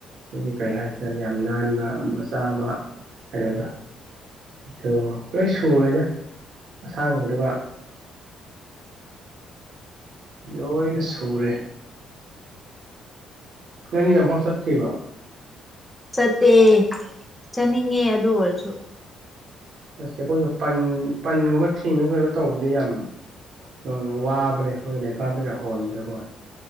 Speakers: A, on the right; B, in the centre.
A: ꯍꯥꯏꯗꯤ ꯀꯩ ꯍꯥꯏꯁꯤꯔ ꯌꯥꯝ ꯅꯥꯟꯕ ꯃꯆꯥ ꯑꯃ ꯀꯩꯅꯣꯗꯣ ꯑꯗꯨ ꯂꯣꯏ ꯁꯨꯔꯦꯗ ꯑꯁꯥꯡꯕꯗꯨꯒ ꯂꯣꯏꯅ ꯁꯨꯔꯦ ꯅꯪꯗꯤ ꯑꯝꯐꯥꯎ ꯆꯠꯇ꯭ꯔꯤꯕꯣ
B: ꯆꯠꯇꯦ ꯆꯠꯅꯤꯡꯉꯦ ꯑꯗꯨ ꯑꯣꯏꯔꯁꯨ
A: ꯆꯠꯁꯦ ꯑꯩꯈꯣꯏꯒ ꯄꯟ ꯄꯟꯒꯨꯝꯕ ꯊꯤꯡꯉꯒ ꯀꯩꯅꯣ ꯇꯧꯕꯗ ꯌꯥꯝ ꯌꯥꯝꯅ ꯋꯥꯕꯅꯦ ꯑꯩꯈꯣꯏꯒꯤ ꯂꯩꯄꯥꯛ ꯀꯩꯀꯥ ꯍꯣꯟꯕꯗꯀꯣ